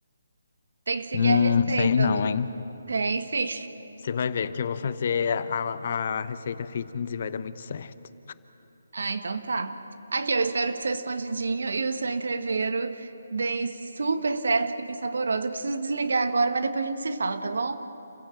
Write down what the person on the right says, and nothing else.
Tem que seguir
a receita,
Lu.
Tem sim.
Ah, então tá. Aqui, eu espero que o seu escondidinho e o seu entrevero deem super certo, fiquem saborosos. Eu preciso desligar agora, mas depois a gente se fala, tá bom?